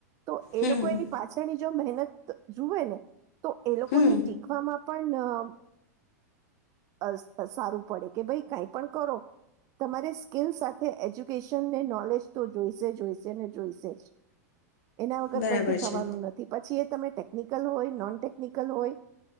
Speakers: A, on the right (about 35°); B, on the left (about 65°).
A: તો એ
B: હમ
A: લોકો એની કોની જો મહેનત જુવે ને તો એ લોકોને
B: હમ
A: શીખવામાં પણ ન અસ પ સારું પડે કે ભાઈ કઈ પણ કરો તમારે સ્કીિલ સાથે એજ્યુકેશન ને નોલેજ તો જોઈશે જોઈશે ને જોઈશે જ. એના વગર
B: બરાબર
A: કશું
B: છે
A: થવાનું નથી પછી એ તમે ટેકનિકલ હોય નોન ટેકનિકલ હોય